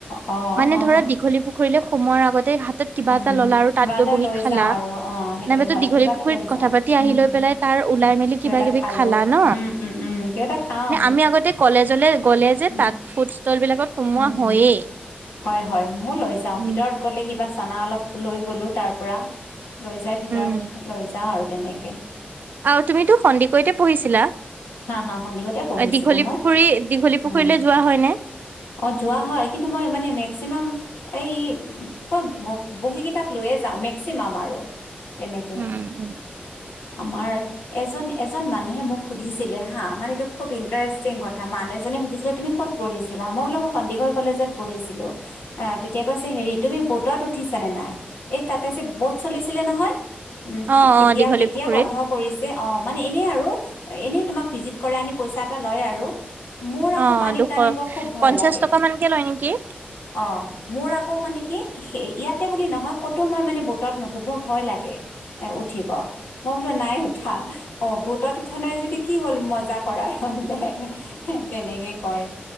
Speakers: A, on the left (about 80°); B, on the right (about 55°).
A: অ অ
B: মানে ধৰা দীঘলী পুখুৰীলে সোমোৱা আগতে কিবা
A: উম
B: এটা ললা আৰু
A: কিবা
B: তাত গৈ
A: এটা
B: বহি
A: লৈ
B: খালা
A: যাওঁ আৰু অ সেইটো
B: নব
A: হয়
B: তো দীঘলী
A: কিবা এটা
B: পুখুৰীত
A: লৈ
B: কথা
A: যাওঁ
B: পাতি
A: উম
B: আহি লৈ
A: হম
B: পেলাই তাৰ উলাই মেলি কিবা
A: এটা
B: কিবি
A: খালো
B: খালা ন
A: উম উম উম কিবা এটা খাওঁ
B: আমি আগতে কল কলেজলে গ'লে যে
A: উম
B: তাত ফুড- ষ্টল বিলাকত সোমোৱা
A: হম হম
B: হয়েই।
A: হয় হয় মোৰ লৈ যাওঁ ভিতৰত
B: উম।
A: গ'লে কিবা চানা অলপ লৈ গলো তাৰ পৰা লৈ যাই ভিতৰত
B: উম
A: লৈ যাওঁ আৰু তেনেকে
B: আৰু তুমিতো সন্দিকৈতে পঢ়িছিলা।
A: হা হা সন্দিকৈতে পঢ়িছিলোঁ
B: দীঘলী
A: মই
B: পুখুৰী দীঘলী পুখুৰীলৈ
A: উম।
B: যোৱা হয়নে?
A: অ যোৱা হয় কিন্তু মই মানে মেক্সিমাম। এই তই বহী কিতাপ লৈয়ে যাম মেক্সিমাম আৰু তেনেকে
B: উম।
A: আমাৰ এজন এজন মানুহে মোক সুধিছিলে হা মানেটো খুব ইণ্টাৰেষ্টিং কথা মানুহ এজনে সুধিছিল তুমি কত পঢ়িছিলা মই বোলো মই সন্দিকৈ কলেজত পঢ়িছিলোঁ। আহ তেতিয়া কৈছে হেৰি তুমি বোটত উঠিছানে নাই এই তাতে যে ব'ট চলিছিলে নহয়। উম
B: অ অ
A: এতিয়া
B: দীঘলী
A: এতিয়া
B: পুখুৰীত
A: বন্ধ কৰিছে অ মানে এনে আৰু এনেই তোমাক ভিজিট কৰা আনি পইচা এটা লয় আৰু মোৰ আকৌ
B: অ
A: পানীত
B: দুশ
A: নামিব খুব ভয়
B: পঞ্চাশ
A: লাগে
B: টকা মানকে লয় নেকি
A: অ মোৰ আকৌ মানে কি ইয়াতে বুলি নহয় ক'তো মই মানে বোটত নুঠো মোৰ ভয় লাগে। উঠিব মই বোলো নাই উঠা অ বুটত কথা নাই যদি কি হ'ল মজা কৰাৰ বোলে তেনেকে কয়